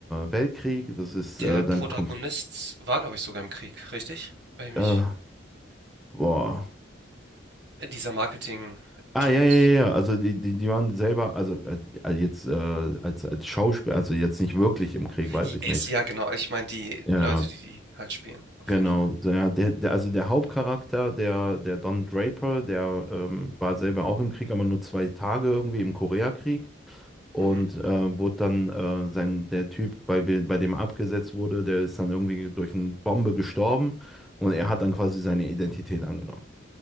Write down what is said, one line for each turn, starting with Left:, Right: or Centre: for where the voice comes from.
Centre: Weltkrieg, das ist äh,
Right: der Protagonist
Centre: dann kommt
Right: war, glaube ich, sogar im Krieg, richtig? Weil ich mich
Centre: äh, boah.
Right: äh, dieser Marketing-Dude.
Centre: Ah, ja, ja, ja, ja, also die, die, die waren selber, also äh, äh, jetzt äh, als, als Schauspieler, also jetzt nicht wirklich im Krieg, weiß
Right: I-
Centre: ich nicht.
Right: Ist ja genau, ich meine die
Centre: Ja,
Right: Leute,
Centre: ja,
Right: die die halt spielen, auf
Centre: genau.
Right: jeden Fall.
Centre: So, Ja, der, der, also der Hauptcharakter, der, der Don Draper, der ähm, war selber auch im Krieg, aber nur zwei Tage irgendwie im Koreakrieg. Und
Right: Mhm.
Centre: äh, wurde dann äh, sein, der Typ, bei, we- bei dem er abgesetzt wurde, der ist dann irgendwie durch eine Bombe gestorben und er hat dann quasi seine Identität angenommen.